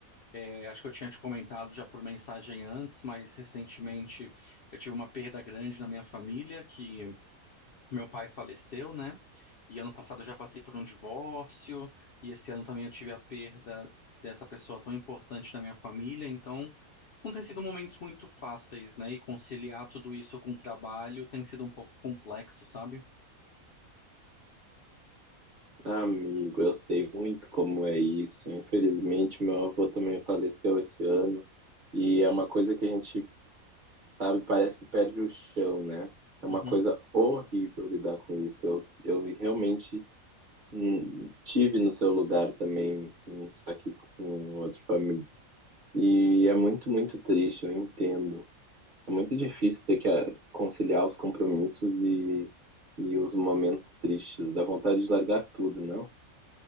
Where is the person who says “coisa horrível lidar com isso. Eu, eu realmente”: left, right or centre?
Right